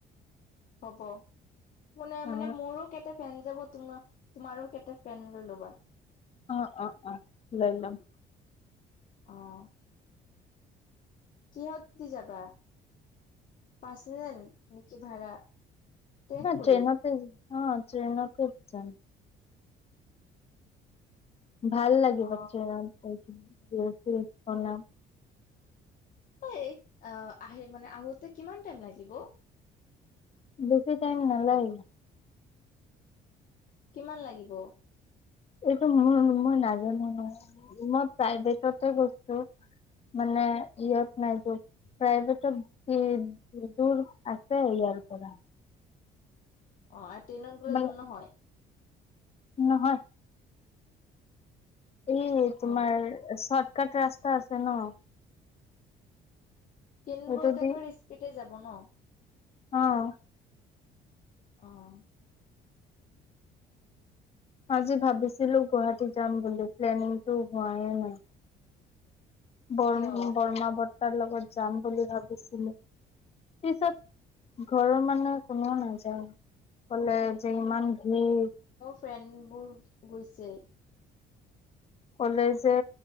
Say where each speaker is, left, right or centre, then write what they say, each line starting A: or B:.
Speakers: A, on the left (about 50°); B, on the left (about 35°).
A: হ'ব কোনে মানে
B: অ
A: মোৰো কেটাত ফেন যাব তোমাৰ তোমাৰো কেইটা পেন লৈ ল'বা।
B: অ', অ', অ', লম।
A: অ', কিহত দি যাবা পাৰ্চনেল নেকি ভাড়া? ট্ৰেইন
B: এ
A: কৰি
B: ট্ৰেইনতে অ, ট্ৰেইনতে যাম। ভাল লাগিব
A: অ
B: ট্ৰেইনত গৈ কিনে ৰীলচ চিলচ বনাম।
A: অ, এ অ, আহি মানে আহোতে কিমান টাইম লাগিব?
B: বছি টাইম নালাগে।
A: কিমান লাগিব?
B: এইটো মোৰ মই নাজানো নহয় মই প্ৰাইভেটততে গৈছো মানে ইয়ত নাই <unintelligible> প্ৰাইভেটত কি দূৰ আছে ইয়া ইয়াৰ পৰা।
A: অ, আৰ ট্ৰেইনত গ'লে
B: মানে
A: দূৰ নহয়?
B: নহয়। এই তোমাৰ
A: অ
B: চৰ্টকাট ৰাস্তা আছে ন'।
A: ট্ৰেইনবোৰত
B: এইটো দি
A: একেবাৰে স্পিডে যাব ন'।
B: অ',
A: অ',
B: আজি ভাবিছিলোঁ গুৱাহাটী যাম বুলি প্লেনিংটো হোৱাই নাই বৰম
A: কিয়
B: বৰ্মা-বৰ্তাৰ লগত যাম বুলি ভাবিছিলোঁ পিছত ঘৰৰ মানুহে কোনো নাযায়। ক'লে যে ইমান ভিৰ
A: ট্ৰেনবোৰ গৈছে।
B: ক'লে যে,